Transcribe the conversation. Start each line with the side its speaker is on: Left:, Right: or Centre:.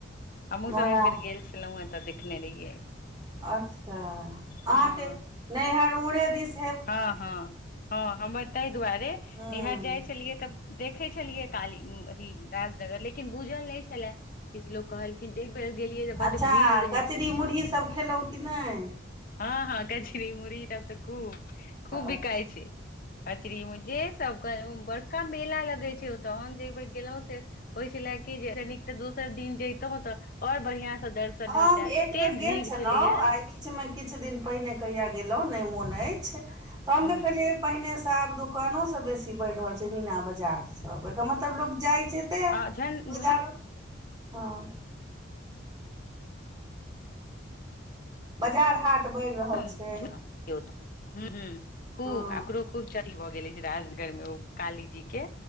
Left: हमहुँ
Right: महाराज
Left: सब एक बेेर गेल छलौ हँ तऽ देखने रहियै।
Right: अच्छा अहाँके
Left: हँ
Right: नैहर उम्हरे दिस।
Left: हँ हँ हँ हमर ताहि दुआरे
Right: हूँ
Left: नैहर जाइ छलियै तऽ। देखै छलियै काली उम अथी राजनगर लेकिन बूझल नहि छलेए। किछ लोक कहलखिन एक बेर गेलियै तऽ बड्ड
Right: अच्छा
Left: भीड़ रहै।
Right: कचरी मुरही सब खेलहुँ कि नहि
Left: हँ हँ कचरी मुरही तब तऽ खूब। खूब
Right: अच्छा
Left: बिकाइ छै कचरीमे जे सब बड़का मेला लगै छै ओतऽ हम जे अइबेर गेलहुं से। होइ छले कि जे अइ से नीक तऽ दोसर दिन जइतों तऽ और बढ़ियां से दर्शन।
Right: हम
Left: होइत एते
Right: एक बेर गेल
Left: भीड़
Right: छलहुँ
Left: छलैया
Right: आय बीच में किछ दिन पहिने कहिया गेलहुँ नहि मोन अछि, त हम
Left: उहूं
Right: देखलियै। पहिनेसँ आब दोकानो सब बेसी बढ़ि रहल छै मीना बजार सब, एकर मतलब लोक जाइ छै। तें
Left: आ जैन
Right: बजारो
Left: जेहे।
Right: हँ। बजार हाट। बढ़ि रहल
Left: हूँ
Right: छै
Left: खूब
Right: हँ
Left: आ एकरो खूब च भऽ गेल अछि राजनगर मे ओ काली जी के